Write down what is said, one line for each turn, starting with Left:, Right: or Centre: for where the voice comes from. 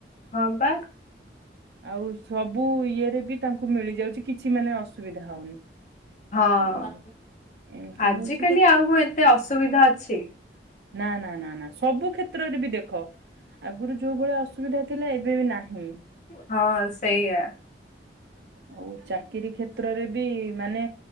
Left: ହଁ ପା
Right: ଆଉ ସବୁ ଇଏରେ ବି ତାଙ୍କୁ ମିଳିଯାଉଚି କିଛି ମାନେ ଅସୁବିଧା ହଉନି।
Left: ହଁ
Right: ଆଉ ଏମିତି
Left: ଆଜିିକାଲି
Right: ହଉଛି କଥା।
Left: ଆଉ କଁ ଏତେ ଅସୁବିଧା ଅଛି।
Right: ନାଁ ନାଁ ନାଁ ନାଁ ସବୁ କ୍ଷେତ୍ରରେ ବି ଦେଖ ଆଗୁରୁ ଯୋଉ ଭଳି ଅସୁବିଧାଥିଲା ଏବେ ବି ନାହିଁ।
Left: ହଁ ସେଇଆ <inaudible>
Right: ଆଉ ଚାକିରୀ କ୍ଷେତ୍ରରେ ବି ମାନେ